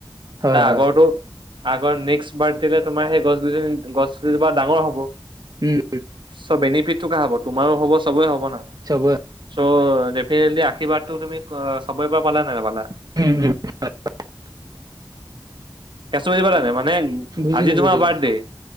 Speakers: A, on the right; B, on the right.
A: হয়
B: তাৰ
A: হয়
B: আগৰটো আগৰ নেক্সট বাৰ্থডেলে তোমাৰ সেই গছ গছ গিজোপা ডাঙৰ হ'ব। চ'
A: উম
B: বেনিফিটটো কাৰ হ'ব তোমাৰো হ'ব চবৰে হ'ব নে?
A: চবৰে
B: চ' ডেফিনেটলি আশীৰ্বাদটো তুমি চবৰে পৰা পালা নে নাপালা?
A: উম উম হয় হয়।
B: কেচটো বুজি পালা নে মানে
A: বুজিলো
B: আজি তোমাৰ
A: বুজিলো
B: বাৰ্থডে